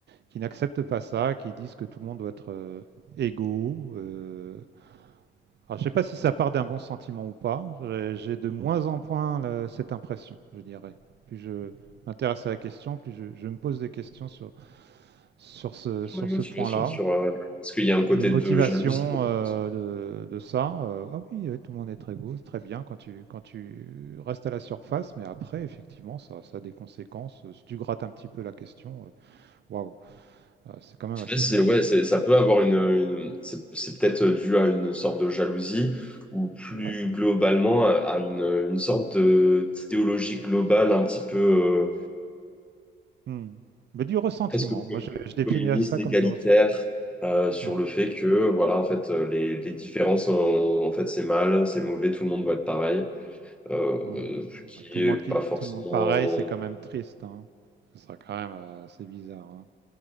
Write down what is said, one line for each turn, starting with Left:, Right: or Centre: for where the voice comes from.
Right: qui n'accepte pas ça, qui disent que tout le monde doit être euh, égaux, euh, Alors, je sais pas si ça part d'un bon sentiment ou pas. J'ai j'ai de moins en moins le- cette impression, je dirais. Plus je m'intéresse à la question, plus je, je me pose des questions sur, sur ce,
Centre: sur
Right: sur
Centre: la motivation
Right: ce point-là.
Centre: sur euh, est-ce qu'il y a un côté
Right: La motivation
Centre: de jalousie peut-être
Right: euh,
Centre: aussi
Right: de, de ça, euh, ah oui, ouais, tout le monde est très beau, c'est très bien quand tu, quand tu restes à la surface, mais après, effectivement, ça, ça a des conséquences. Euh, Si tu grattes un petit peu la question, euh, waouh, euh, c'est quand même
Centre: Je
Right: assez
Centre: sais pas si
Right: bizarre.
Centre: c'est ouais, c'est ça peut avoir une, une- c'est c'est peut-être dû à une sorte de jalousie ou plus
Right: Ouais.
Centre: globalement à à une, une sorte de d'idéologie globale un petit peu euh,
Right: Hmm. Mais du ressentiment,
Centre: presque com-
Right: moi je, je définirais
Centre: communiste,
Right: ça
Centre: égalitaire,
Right: comme du ressentiment.
Centre: euh, sur
Right: Ouais.
Centre: le fait que, voilà, en fait, euh, les, les différences, euh, en fait, c'est mal, c'est mauvais, tout le monde doit être pareil, euh,
Right: Mmh.
Centre: euh, ce
Right: Bah,
Centre: qui
Right: tout le
Centre: est
Right: monde qui
Centre: pas forcément.
Right: tout le monde pareil, c'est quand même triste, hein. Ce serait quand même euh, assez bizarre, hein.